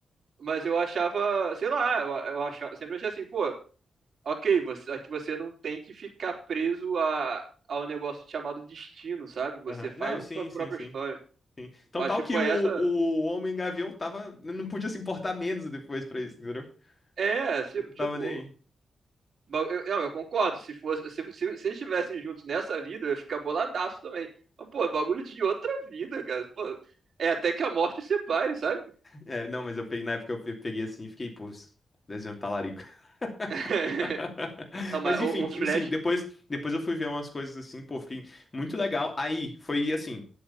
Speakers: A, on the right (about 55°); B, on the left (about 25°).
A: mas eu achava, sei lá, eu, eu achava, sempre achei assim, pô, ok, você, aqui você não tem que ficar preso a, ao negócio chamado destino, sabe? Você
B: Aham.
A: faz
B: Não,
A: a
B: sim,
A: sua própria
B: sim, sim.
A: história.
B: Então,
A: Eu acho
B: tal
A: que
B: que
A: foi
B: o,
A: essa.
B: o Homem Gavião tava, não podia se importar menos depois pra isso, entendeu?
A: É,
B: Ele não
A: tipo,
B: tava nem aí.
A: Eu, não, eu concordo. Se fosse, se, se, se eles estivessem juntos nessa vida, eu ia ficar boladaço também. Mas, pô, é bagulho de outra vida, cara. Pô, é até que a morte separe, sabe?
B: É, não, mas eu peguei, na época eu pe- peguei assim e fiquei, pô, isso- desenho do talarico. <laughs>
A: <laughs> Não, mas
B: Mas enfim,
A: o, o Flash.
B: enfim, depois, depois eu fui ver umas coisas assim, pô, fiquei muito legal. Aí foi assim,